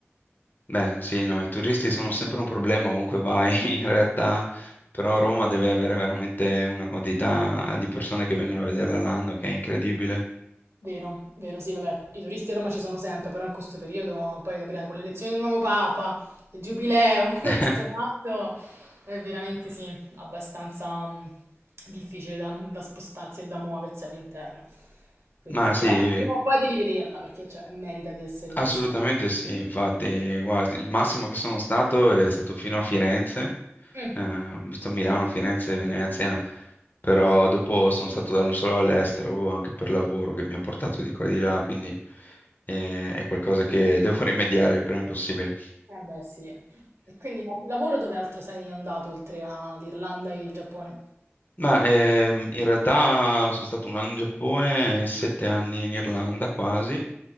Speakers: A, on the left (about 45°); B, on the right (about 90°).
A: beh, sì, no, i turisti sono sempre un problema ovunque vai, <laughs> in realtà, però Roma deve avere veramente una quantità di persone che vengono a vederla l'anno che è incredibile.
B: Vero, vero, sì, vabbè, i turisti a Roma ci sono sempre, però in questo periodo poi capirai con l'elezione del nuovo Papa, il giubileo
A: <laughs>
B: <laughs> e tutto quanto, è veramente sì, abbastanza mh, difficile da, da spostarsi e da muoversi all'interno. Quindi
A: Ma
B: sì,
A: sì,
B: però prima o poi devi vederla perché cioè, merita di essere
A: Assolutamente
B: vista.
A: sì, infatti, guarda, il massimo che sono stato è stato fino a Firenze,
B: Mm,
A: eh, ho visto Milano, Firenze e Venezia, però
B: ok,
A: dopo sono stato dal- solo all'estero anche per lavoro che mi ha portato di qua e di là, quindi eh, è qualcosa che devo <laughs> rimediare il prima possibile.
B: eh beh sì. E quindi la- lavoro dove altro sei andato oltre all'Irlanda e il Giappone?
A: Ma ehm, in realtà sono stato un anno in Giappone e sette anni in Irlanda quasi.